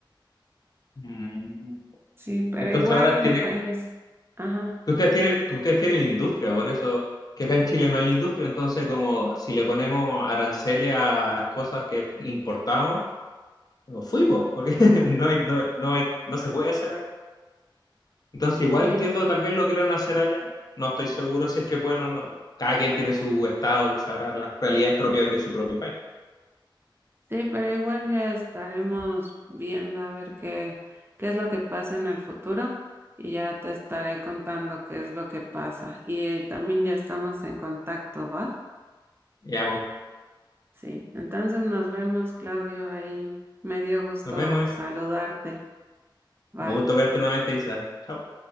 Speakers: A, on the left (about 50°); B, on the right (about 25°).
A: Mm.
B: Sí, pero
A: Entonces
B: igual
A: ahora tienen
B: ahí es. Ajá.
A: Que ustedes tienen, que ustedes tienen industria, por eso que acá en Chile no hay industria, entonces como si le ponemos aranceles a las cosas que importamos, nos fuimos, porque <laughs> no hay, no, no hay, no se puede hacer acá. Entonces igual
B: Sí,
A: entiendo, tal vez lo quieran hacer allá, no estoy seguro si es que bueno o no. Cada quien tiene su estado y sabrá las realidades propias de su propio país.
B: sí, pero igual ya estaremos viendo a ver qué, qué es lo que pasa en el futuro y ya te estaré contando qué es lo que pasa. Y eh, también ya estamos en contacto, ¿va?
A: Ya, pues,
B: Sí, entonces nos vemos, Claudio, ahí. Me dio gusto
A: nos vemos,
B: saludarte.
A: Isa.
B: Bye.
A: Un gusto verte nuevamente, Isa. Chao.